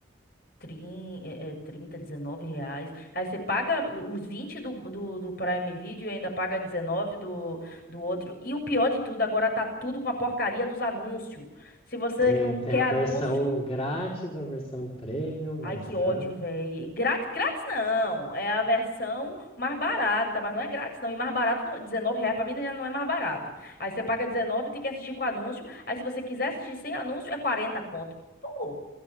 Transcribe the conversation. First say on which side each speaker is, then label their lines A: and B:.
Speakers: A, on the left (about 50°); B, on the left (about 30°).
A: trin é, é, 30, 19 reais. Aí você paga os 20 do, do, do Prime Video e ainda paga 19 do, do outro. E o pior de tudo, agora tá tudo com a porcaria dos anúncios. Se você
B: Tem,
A: não quer
B: tem a
A: anúncio,
B: versão grátis, a versão premium,
A: Ai,
B: mais
A: que
B: cara.
A: ódio, velho. Grátis, grátis não. É a versão mais barata, mas não é grátis, não. E mais barato, não... R$19,00 pra mim já não é mais barato. Aí você paga R$19,00 e tem que assistir com anúncio. Aí se você quiser assistir sem anúncio, é 40 conto. Pô,